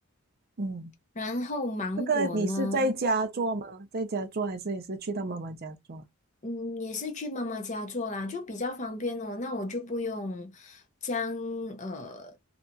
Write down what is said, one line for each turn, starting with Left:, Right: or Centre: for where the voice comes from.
Right: 嗯，
Left: 然后芒果呢？
Right: 这个你是在家做吗？在家做还是也是去到妈妈家做？
Left: 嗯，也是去妈妈家做啦，就比较方便哦。那我就不用将呃